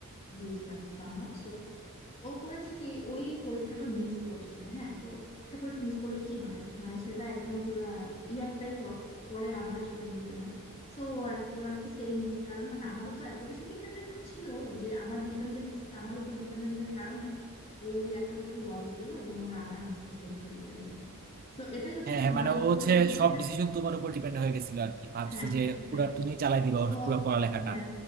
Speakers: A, on the left; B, on the right.
A: গিয়েছিলাম সামহাউ সো ও করেছে কি ওই পরীক্ষাটা মিস করছে হ্যাঁ তো একটা পরীক্ষা মিস করলে কি হয় মানে সেটা একদম পুরা ইয়ারটাই লস পরে আবার সেটা দিতে হয় সো আর ওর আর কি সেম কারণে মানে আমার উপর এত বেশি ডিপেন্ডেন্ট ছিল ও যে আমার ডিপেন্ডেন্স আমার উপর ডিপেন্ডেন্টের কারণে ওর ওই একটা বছর লস গেল এবং ওর আমার মাস্টার্স পরীক্ষা দিতে হয়েছে তো এটাই হচ্ছে
B: হ্যাঁ
A: কি
B: হ্যাঁ,
A: যে
B: মানে
A: মানুষের
B: ও
A: উপর
B: হচ্ছে
A: বেশি ডিপেন্ডেন্ট
B: সব ডিসিশন তোমার উপর ডিপেন্ড হয়ে গেছিল আর কি ভাবছে
A: হ্যাঁ হ্যাঁ
B: যে
A: এক্স্যাক্টলি
B: পুরা তুমি চালাই দিবা
A: তো
B: ওর পুরো পড়ালেখাটা
A: হ্যাঁ